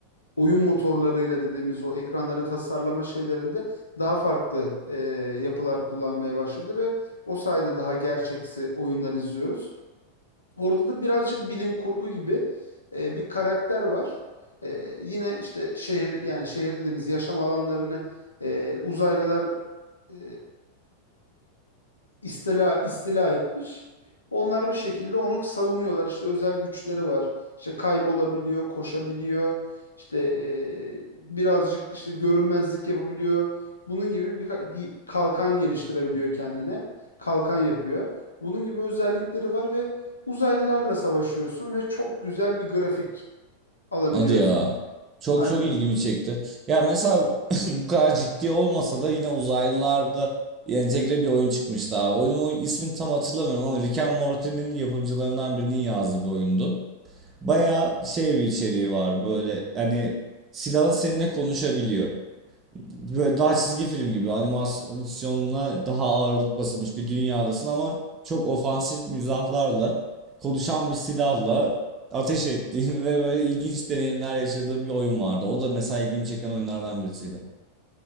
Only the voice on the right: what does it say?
<laughs>
Hadi ya. Çok
çok ilgimi çekti. Ya mesela <clears throat> <laughs> bu kadar ciddi olmasa da yine uzaylılarla entegre bir oyun çıkmıştı abi. Oyunun ismini tam hatırlamıyorum ama Rick and Morty'nin yapımcılarından birinin yazdığı bir oyundu. Baya şey bir içeriği var böyle hani silahın seninle konuşabiliyor böyle daha çizgi film gibi animasyonla daha ağırlık basılmış bir dünyadasın ama çok ofansif mizahlarla konuşan bir silahla ateş ettiğim <laughs> ve böyle ilginç deneyimler yaşadığım bir oyun vardı. O da mesela ilgimi çeken oyunlardan birisiydi.